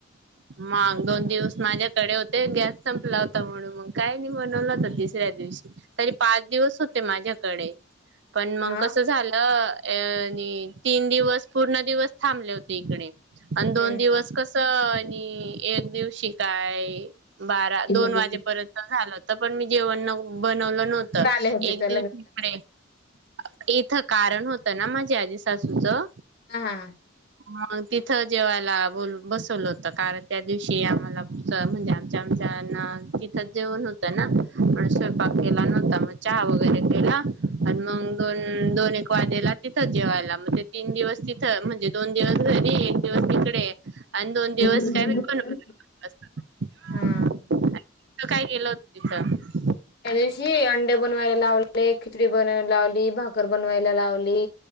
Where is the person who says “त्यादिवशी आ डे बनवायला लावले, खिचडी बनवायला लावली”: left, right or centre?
Left